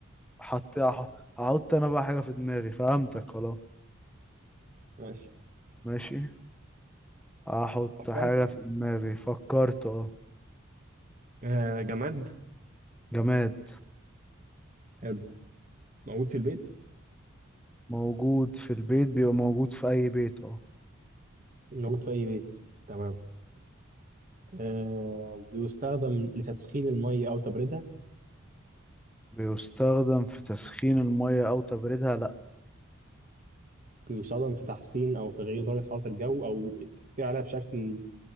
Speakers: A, in the centre; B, on the right (about 40°).
A: حط هح- هحط انا بقى حاجة في دماغي فهمتك خلاص
B: ماشي
A: ماشي احط
B: فكرت
A: حاجة في دماغي فكرت اه
B: آه جماد
A: جماد
B: حلو موجود في البيت
A: موجود في البيت بيبقى موجود في أي بيت اه
B: موجود في أي بيت تمام آه بيستخدم لتسخين الميه او تبريدها
A: بيستخدم في تسخين المية أو تبريدها لأ
B: بيستخدم في تحسين أو تغيير درجة حرارة الجو أو التأثير عليها بشكل